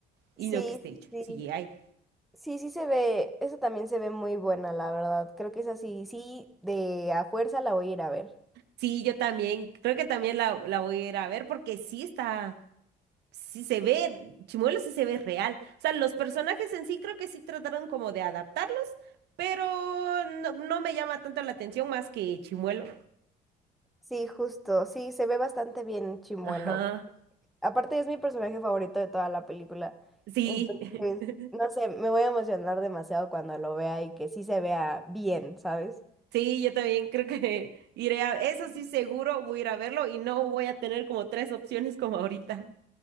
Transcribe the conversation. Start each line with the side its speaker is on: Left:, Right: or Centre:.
Right: y
Centre: Sí,
Right: no que esté
Centre: sí,
Right: hecho. Sí,
Centre: sí.
Right: hay.
Centre: Sí, sí se ve, esa también se ve muy buena, la verdad. Creo que es así, sí, de a fuerza la voy a ir a ver.
Right: Sí, yo también, creo que también la, la voy a ir a ver porque sí está, sí se ve, Chimuelo sí se ve real. O sea, los personajes en sí creo que sí trataron como de adaptarlos, pero no, no me llama tanto la atención más que Chimuelo.
Centre: Sí, justo, sí, se ve bastante bien Chimuelo.
Right: Ajá,
Centre: Aparte es mi personaje favorito de toda la película.
Right: sí.
Centre: Entonces,
Right: <laughs>
Centre: no sé, me voy a emocionar demasiado cuando lo vea y que sí se vea bien, ¿sabes?
Right: Sí, yo también creo que <laughs> iré a... Eso sí, seguro voy a ir a verlo y no voy a tener como tres opciones como ahorita.